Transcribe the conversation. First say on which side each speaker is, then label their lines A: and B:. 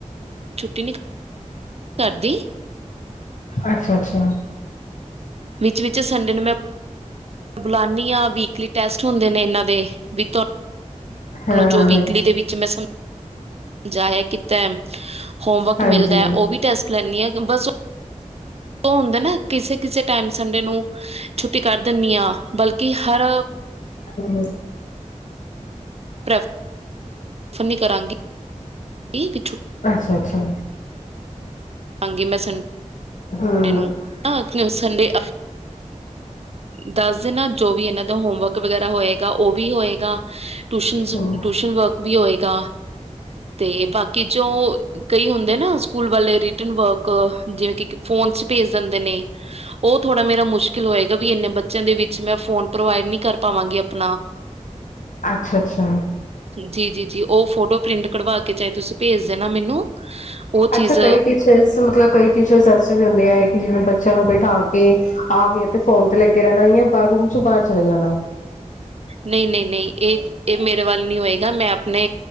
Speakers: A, on the right; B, on the left.
A: ਛੁੱਟੀ ਨੀ ਕਰਦੀ।
B: ਅੱਛਾ ਅੱਛਾ,
A: ਵਿੱਚ ਵਿਚ ਸੰਡੇ ਨੂੰ ਮੈਂ ਬੁਲਾਨੀ ਹਾਂ ਵੀਕਲੀ ਟੈਸਟ ਹੁੰਦੇ ਨੇ ਇਹਨਾਂ ਦੇ। ਵੀ
B: ਹਾਂ
A: ਤੁਹਾਨੂੰ
B: ਹਾਂ
A: ਜੋ ਵੀਕਲੀ
B: ਹਾਂ
A: ਦੇ ਵਿੱਚ ਮੈਂ ਸਮ ਜਾਇਆ ਕੀਤਾ ਹੈ। ਹੋਮਵਰਕ
B: ਹਾਂਜੀ
A: ਮਿਲਦਾ ਹੈ ਉਹ ਵੀ ਟੈਸਟ ਲੈਣੀ ਆ ਬਸ ਉਹ ਹੁੰਦਾ ਨਾ ਕਿਸੇ-ਕਿਸੇ ਟਾਈਮ ਸੰਡੇ ਨੂੰ ਛੁੱਟੀ ਕਰ ਦਿੰਦੀ ਆ। ਬਲਕਿ ਹਰ
B: ਹੂੰ ਹੂੰ
A: ਪ੍ਰਭ ਪ੍ਰੈਫਰ ਨੀ ਕਰਾਂਗੀ ਕਿ ਛੁੱਟੀ
B: ਅੱਛਾ-ਅੱਛਾ।
A: <inaudible>
B: ਹੂੰ
A: ਨੂੰ ਆਹ <inaudible> ਸੰਡੇ ਦਸਦੇ ਨਾ ਜੋ ਵੀ ਇਹਨਾਂ ਦਾ ਹੋਮ ਵਰਕ ਵਗੈਰਾ ਹੋਏਗਾ ਉਹ ਵੀ ਹੋਏਗਾ। ਟ
B: ਹੂੰ
A: ਟਊਸ਼ਨ ਵਰਕ ਵੀ ਹੋਏਗਾ। ਤੇ ਬਾਕੀ ਜੋ ਕਈ ਹੁੰਦੇ ਨਾ ਸਕੂਲ ਵਾਲੇ ਰਿਟਰਨ ਵਰਕ ਜਿਵੇ ਕਿ ਫੋਨ ਚ ਭੇਜ ਦਿੰਦੇ ਨੇ ਉਹ ਥੋੜਾ ਮੇਰਾ ਮੁਸ਼ਕਿਲ ਹੋਏਗਾ। ਵੀ ਇਨੇ ਬੱਚਿਆਂ ਦੇ ਵਿੱਚ ਮੈਂ ਫੋਨ ਪ੍ਰੋਵਾਈਡ ਨੀ ਕਰ ਪਾਵਾਂਗੀ। ਆਪਣਾ
B: ਅੱਛਾ-ਅੱਛਾ।
A: ਜੀ-ਜੀ ਜੀ ਉਹ ਫੋਟੋ ਪ੍ਰਿੰਟ ਕਢਵਾ ਕੇ ਚਾਹੇ ਤੁਸੀਂ ਭੇਜ ਦੇਣਾ ਮੈਨੂੰ। ਉਹ ਚੀਜ਼
B: ਅੱਛਾ ਕਈ ਟੀਚਰਸ ਮਤਲਬ ਕਈ ਟੀਚਰਸ ਐਸ ਵੀ ਹੁੰਦੇ ਆ ਕਿ ਜਿਵੇਂ ਬੱਚਿਆਂ ਨੂੰ ਬਿਠਾ ਕੇ ਆਪ ਇਥੇ ਫੋਨ ਤੇ ਲੱਗੇ ਰਹਿਣਾ ਜਾਂ ਬਾਹਰ ਰੂਮ ਚ ਬਾਹਰ ਚਲੇ ਜਾਣਾ।
A: ਨਹੀਂ-ਨਹੀਂ- ਨਹੀਂ ਇਹ-ਇਹ ਮੇਰੇ ਵੱਲ ਨੀ ਹੋਏਗਾ, ਮੈਂ ਆਪਣੇ